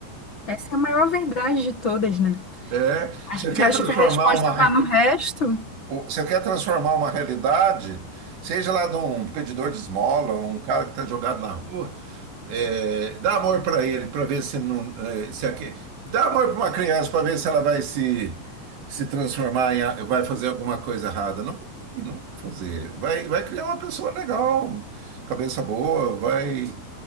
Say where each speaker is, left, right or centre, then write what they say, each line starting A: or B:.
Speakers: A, on the left; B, on the right.
A: Essa é a maior verdade de todas, né?
B: É.
A: A
B: Você
A: gente
B: quer
A: acha
B: transformar
A: que a resposta
B: uma
A: tá no resto,
B: o- Você quer transformar uma realidade, seja lá de um pedidor de esmola, um cara que está jogado na rua, é, dá amor para ele, para ver se não. é, se aque- Dá amor para uma criança para ver se ela vai se, se transformar em. a- Vai fazer alguma coisa errada. Não, vai, não vai fazer. Vai, vai criar uma pessoa legal, cabeça boa, vai.